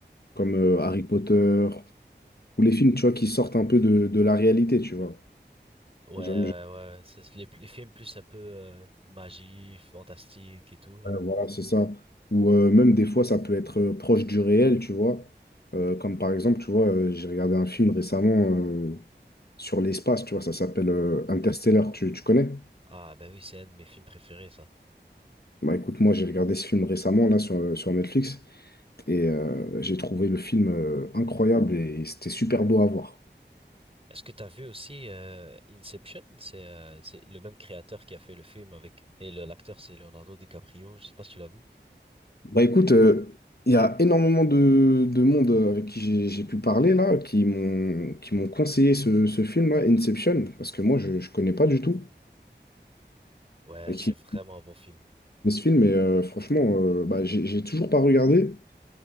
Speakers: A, on the left; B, on the right.
A: comme euh, Harry Potter, ou les films, tu vois, qui sortent un peu de, de la réalité, tu vois.
B: ouais,
A: J'aime
B: ouais. c'est Les, les films plus un peu euh, magie, fantastique et tout là.
A: Euh, voilà, c'est ça. Ou euh, même des fois, ça peut être euh, proche du réel, tu vois. Euh, comme par exemple, tu vois, euh, j'ai regardé un film récemment euh, sur l'espace, tu vois, ça s'appelle euh, Interstellar, tu, tu connais?
B: Ah, ben oui, c'est un de mes films préférés, ça.
A: Bah écoute, moi j'ai regardé ce film récemment, là, sur, euh, sur Netflix, et euh, j'ai trouvé le film euh, incroyable et c'était super beau à voir.
B: Est-ce que t'as vu aussi euh, Inception? C'est euh, c'est le même créateur qui a fait le film avec et le- l'acteur c'est Leonardo DiCaprio. Je sais pas si tu l'as vu.
A: Bah écoute, euh, il y a énormément de, de monde avec qui j'ai j'ai pu parler là, qui m'ont qui m'ont conseillé ce, ce film-là, Inception, parce que moi je ne connais pas du tout,
B: Ouais,
A: et
B: c'est
A: qui,
B: vraiment un bon film.
A: Mais ce film, est, euh, franchement, euh, bah, j'ai j'ai toujours pas regardé.